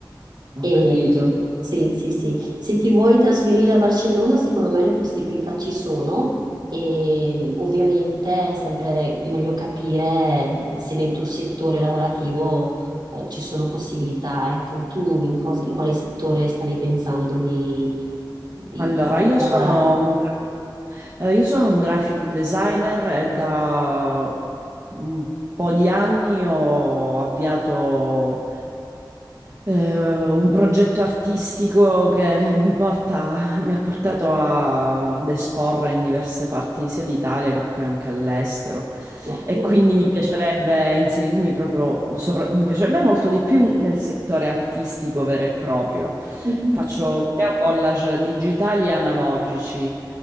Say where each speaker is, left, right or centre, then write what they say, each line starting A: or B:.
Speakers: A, on the right; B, on the right.
A: Ho
B: E,
A: capito.
B: sì, sì, sì. Se ti vuoi trasferire a Barcellona, secondo me le possibilità ci sono. E ovviamente è sempre meglio capire se nel tuo settore lavorativo eh, ci sono possibilità. Ecco, tu in, cos- in quale settore stavi pensando di, di-
A: Allora,
B: di
A: io
B: lavorare?
A: sono un, gra- eh, io sono un graphic designer e da un po' di anni ho avviato eh, un progetto artistico che mi porta mi ha portato a- ad esporre in diverse parti sia d'Italia che poi anche all'estero
B: Wow,
A: e quindi mi piacerebbe inserirmi proprio, sopra- mi piacerebbe molto di più in- nel settore artistico vero e proprio.
B: Mhm.
A: Faccio creo collage digitali e analogici,